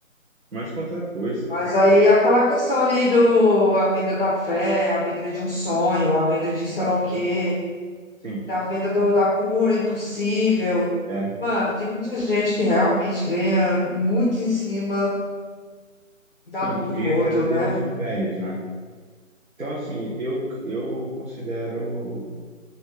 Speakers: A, on the right; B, on the left.
A: Mas com outra coisa,
B: Mas
A: casa
B: aí
A: de
B: aquela questão ali do a venda da fé, a venda de um sonho, a venda de
A: exatamente.
B: sei lá o quê,
A: Sim,
B: da venda do, da cura impossível.
A: é.
B: Mano, tem muita gente que realmente ganha muito em cima da
A: Sim,
B: dor
A: cria
B: do outro,
A: verdadeiros
B: né?
A: impérios, né? Então, assim, eu, eu considero